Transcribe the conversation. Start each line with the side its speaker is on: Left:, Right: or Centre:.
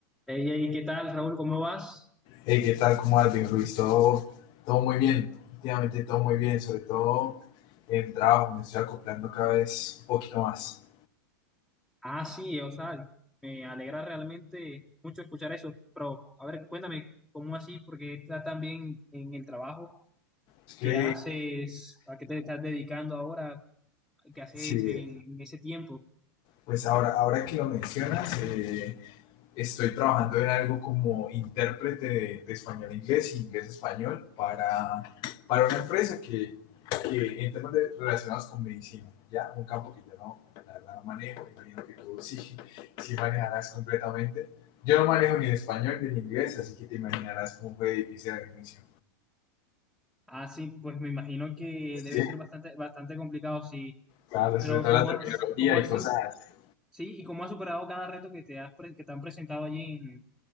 Centre: Hey, hey, ¿qué tal, Raúl? ¿Cómo vas?
Left: Hey, ¿qué tal? ¿Cómo vas? Bien, Luis? Todo, todo muy bien, últimamente todo muy bien, sobre todo en el trabajo, me estoy acoplando cada vez un poquito más.
Centre: Ah, sí, o sea, me alegra realmente mucho escuchar eso, pero a ver, cuéntame, ¿cómo así? Porque estás tan bien en el trabajo.
Left: Es que,
Centre: ¿Qué haces? ¿A qué te estás dedicando ahora? ¿Qué haces
Left: sí,
Centre: en, en ese tiempo?
Left: pues ahora, ahora que lo mencionas, eh, estoy trabajando en algo como intérprete de, de español-inglés y inglés-español para, para una empresa que, que en temas de- relacionados con medicina, ya un campo que yo no, la verdad no manejo, imagino que tú sí, sí manejarás completamente. Yo no manejo ni el español ni el inglés, así que te imaginarás cómo fue difícil al inicio.
Centre: Ah, sí, pues me imagino que
Left: Sí,
Centre: debe ser bastante, bastante complicado, sí,
Left: claro,
Centre: pero
Left: sobre todo
Centre: ¿cómo
Left: la terminología
Centre: has, cómo has,
Left: y cosas así.
Centre: sí, y cómo has superado cada reto que te has, pre- que te han presentado allí en,